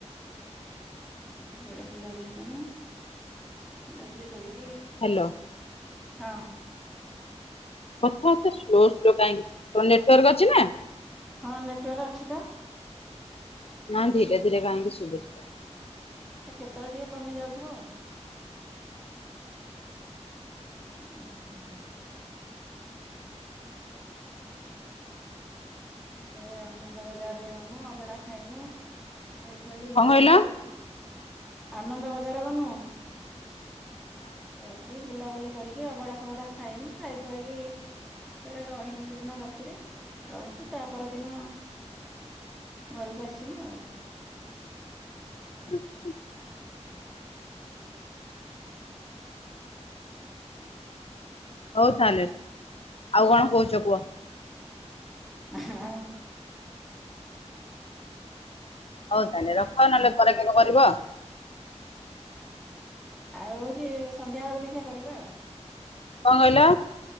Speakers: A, in the centre; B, on the left.
A: ସବୁଆଡେ ବୁଲାବୁଲି କନୁ ବୁଲାବୁଲି କରିକି
B: ହାଲୋ।
A: ହଁ
B: କଥା ସ୍ଲୋ ସ୍ଲୋ କାହିଁକି ତ ନେଟୱାର୍କ ଅଛି ନା?
A: ହଁ ନେଟୱାର୍ ଅଛି ତ।
B: ନା ଧୀରେ ଧୀରେ କାହିଁକି ଶୁଭୁଛି?
A: ତ କେତେଟା ଟିକେ କମି ଯାଉଥିବ ଆଉ। <unintelligible> ଏ ଆନନ୍ଦ ବଜାରରେ ଗନୁ ଅଭଡ଼ା ଖାଇନୁ। ଖାଇ ଖଆାଇକି
B: କଣ
A: ବୁଲାବୁଲି
B: କହିଲ ହଁ
A: କରିକି <unintelligible> ଆନନ୍ଦ ବଜାର ଗନୁ ଯାଇକି ବୁଲାବୁଲି କରିକି ଅଭଡ଼ା ଫଭଡ଼ା ଖାଇନୁ ଖାଇ ଖୁଆଇକି ଫରେ ରହିନୁ ସେଦିନ ରାତିରେ ରହିକି ତାପରଦିନ ଘରକୁ ଆସିଲୁ ଆଉ।
B: ଆଚ୍ଛା ଆଚ୍ଛା। ହୋଉ ତାହେଲେ ଆଉ କଣ କୋହୁଚ କୁହ।
A: <unintelligible>
B: ହଉ
A: ଆଉ
B: ତାହେଲେ ରଖ ନହେଲେ ପରେ କେବେ କରିବ।
A: ଆଉ ହୋଉଚି ସନ୍ଧ୍ୟା ବେଳୁକୁ ଦେଖିଆ କରିବା ଆଉ।
B: କଁ କହିଲ।